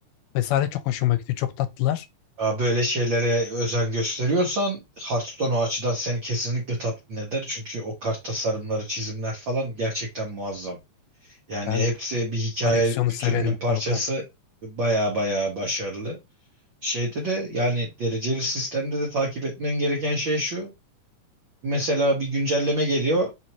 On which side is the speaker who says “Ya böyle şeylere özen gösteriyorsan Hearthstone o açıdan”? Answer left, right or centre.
Right